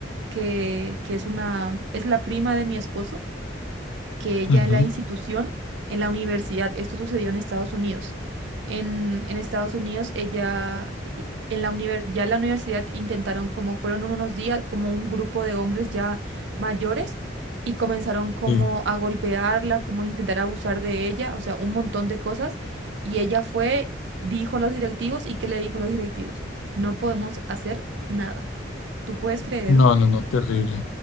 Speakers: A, on the right (about 65°); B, on the left (about 80°).
A: que, que es una, es la prima de mi esposo que
B: ujú,
A: ya en la institución, en la universidad, esto sucedió en Estados Unidos. En, en Estados Unidos, ella, en la univer- ya en la universidad intentaron, como fueron unos días, como un grupo de hombres ya mayores y comenzaron como
B: sí.
A: a golpearla, como a intentar abusar de ella, o sea, un montón de cosas. Y ella fue, dijo a los directivos y ¿qué le dijo a los directivos? No podemos hacer nada. ¿Tú puedes creer?
B: No, no, no, terrible,